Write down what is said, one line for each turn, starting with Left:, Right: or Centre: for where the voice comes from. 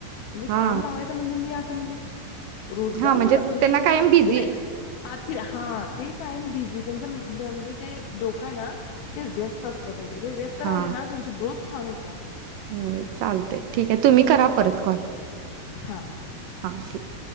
Left: म्हणजे
Right: हा
Left: काम लावायचं म्हणजे मी अस असं म्हणजे रोजगार
Right: हा
Left: म्हणत म्हणजे
Right: त्यांना कायम
Left: आती
Right: बिझी
Left: नाही हा ते कायम बिजी त्यांच म्हणजे ते डोकं आहे ना, ते व्यस्त असलं. व्यस्त
Right: हा
Left: राहिलं ना त्यांची ग्रोथ छान होते. त्या
Right: होय चालतय ठीक आहे. तुम्ही करा परत कॉल
Left: हा
Right: हा ठीक